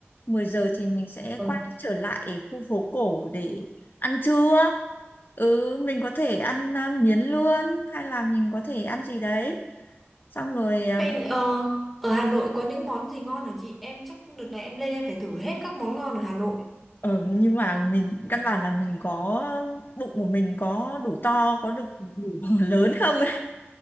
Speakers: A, on the left; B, in the centre.
A: mười giờ thì mình sẽ
B: rồi.
A: quay trở lại khu phố cổ để ăn trưa ừ mình có thể ăn à, miến lươn hay là mình có thể ăn gì đấy xong rồi ờ,
B: Hay ờ, ở Hà Nội có những món gì ngon hả chị? Em chắc đợt này em lên em phải thử hết các món ngon ở Hà Nội.
A: Ờ, nhưng mà mình căn bản là mình có bụng của mình có đủ to có được đủ <laughs> lớn không ấy.